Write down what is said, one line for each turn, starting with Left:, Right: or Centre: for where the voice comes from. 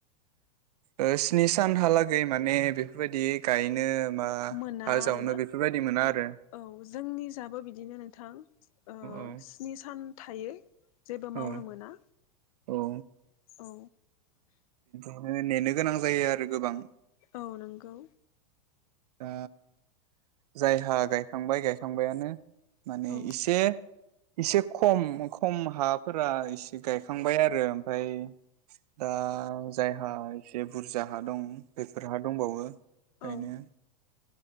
Right: ओ स्नि सानहालागै माने बेफोरबायदि गायनो बा
Left: मोना
Right: हा
Left: आरो
Right: जावनो
Left: ना
Right: बेफोरबायदि मोना आरो
Left: औ जोंनि जाबो बि दिनो नोंथां ओ
Right: औ
Left: स्नि सान थायो। जेबो
Right: औ
Left: मावनो मोना
Right: औ
Left: औ
Right: नो नेनो गोनां जायो आरो गोबां
Left: औ नंगौ
Right: दा जायहा गायखांबाय गायखांबायानो माने
Left: औ
Right: इसे एसे खम खम हाफोरा एसे गायखांबाय आरो ओमफ्राय दा जायहा एसे बुरजा हा दं बेफोर हा दंबावो गायनो
Left: औ